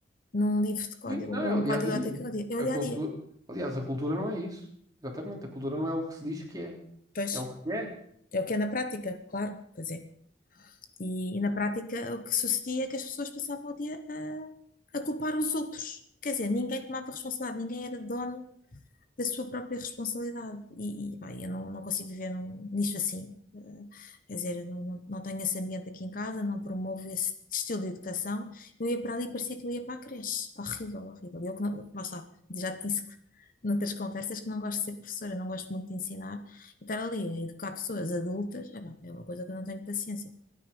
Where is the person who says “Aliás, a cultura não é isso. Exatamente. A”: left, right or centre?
Right